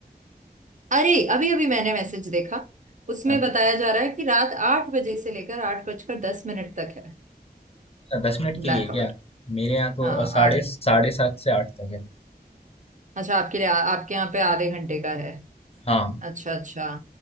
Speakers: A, on the right; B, on the left.
A: अरे अभी अभी मैंने मैसेज देखा उसमें
B: हाँ
A: बताया जा रहा है कि रात आठ बजे से लेकर आठ बजकर दस मिनट तक है
B: अच्छा, दस मिनट
A: ब्लैकआउट
B: के लिए क्या मेरे यहाँ तो
A: हाँ
B: अ, साढ़े
A: आठ
B: साढ़े सात से आठ तक है
A: अच्छा आपके लिए आपके यहाँ पे आधे घंटे का है
B: हाँ,
A: अच्छा अच्छा